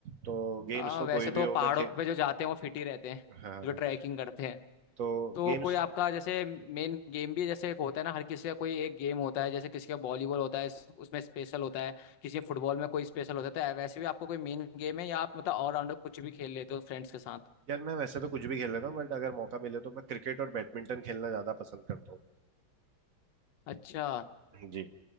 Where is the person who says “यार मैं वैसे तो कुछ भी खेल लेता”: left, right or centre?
Right